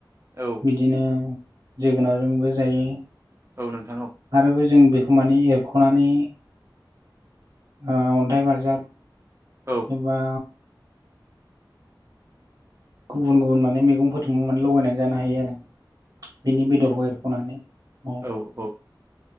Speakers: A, on the right; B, on the right.
A: औ
B: बिदिनो जोगोनारजोंबो जायो
A: औ नोंथां औ
B: आरोबो जों बेखौ मानि एरख'नानै ओ अन्थाइ बाजाब
A: औ
B: एबा गुबुन गुबुन माने मैगंफोरजोबो माने लगायनानै जानो हायो आरो बेनि बेदरखौ एरख'नानै औ
A: औ-औ